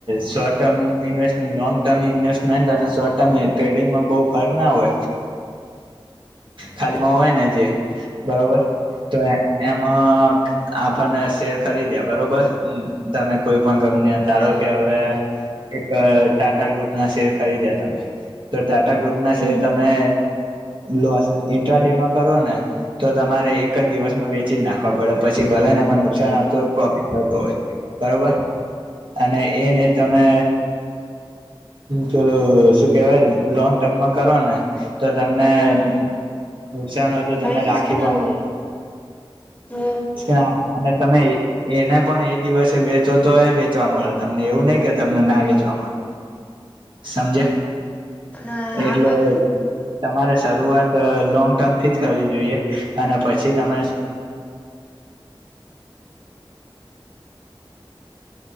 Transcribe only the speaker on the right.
short term investment long term investment અને શોર્ટ ટર્મ ટ્રેડિંગમાં બહુ ફર્ક ના હોય ખાલીમાં હોય ને જે બરોબર તો એમાં આપને શેર ખરીદ્યા બરોબર તમે કોઈ પણ ગમને ધારો
કે હવે એક ટાટા ગ્રુપ ના શેર ખરીદ્યા તમે તો ટાટા ગ્રુપના
શેર તમે લોસ ઇન્ટ્રા ડે માં કરો ને તો તમારે એક જ દિવસમાં વ પ નાખવા પડે પછી ભલા ને એમાં નુકસાન
આવતો હોય પ્રોફિટ થતો હોય બરોબર અને એને તમે કેેલો શું કેવાય લોંગ ટર્મમાં કરો ને તો તમને
નુકસાન હોય તો તમે
રાખી
પણકો
ના અને તમે એને પણ એ દિવસે વેચો તો એ વેચવા મળે તમને એવું નહ કે તમને
ના વેચવા મળે સમજે
એટલે
તમારે શરૂઆત લોંગ ટર્મથી જ કરવી જોઈએ અને પછી તમે